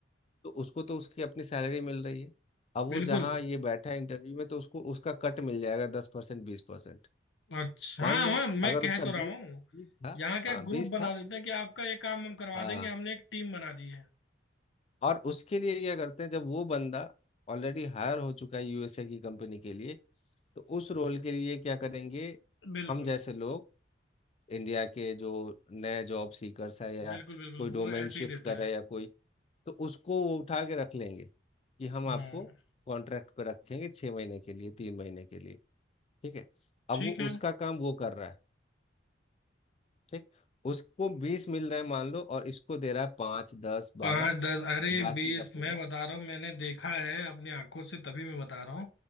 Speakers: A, on the left; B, on the left.
A: तो उसको तो उसकी अपनी सैलरी मिल रही है अब वो
B: बिल्कुल
A: जहाँ ये बैठा है इंटरव्यू में तो उसको उसका कट मिल जाएगा दस परसेंट बीस परसेंट
B: अच्छा
A: मान
B: हाँ
A: लो
B: हाँ, मैं
A: अगर
B: कह
A: उसका
B: तो
A: बीस
B: रहा हूँ
A: बीस था
B: यहाँ क्या
A: हाँ
B: ग्रुप
A: बीस
B: बना
A: था
B: देते हैं कि आपका ये काम हम करवा
A: हाँ
B: देंगे हमने एक टीम बना दी है
A: और उसके लिए क्या करते हैं जब वो बंदा ऑलरेडी हायर हो चुका है यूएसए की कंपनी के लिए तो उस रोल के लिए क्या करेंगे
B: बिल्कुल
A: हम जैसे लोग इंडिया के जो नए जॉब सीकर्स है या
B: बिल्कुल बिल्कुल
A: कोई डोमेन
B: वो ऐसे
A: शिफ्ट
B: ही देते
A: कर
B: हैं
A: रहा है या कोई तो उसको वो उठा के रख लेंगे कि हम
B: हम्म
A: आपको कॉन्ट्रैक्ट पे रखेंगे छः महीने के लिए तीन महीने के लिए ठीक है अब
B: ठीक
A: वो
B: है
A: उसका काम वो कर रहा है ठीक उसको बीस मिल रहा है मान लो और इसको दे रहा है पाँच दस
B: पाँच
A: बारह
B: दस अरे
A: बाकी
B: बीस
A: का पूरा
B: मैं बता रहा हूँ मैंने देखा है अपनी आंखों से तभी मैं बता रहा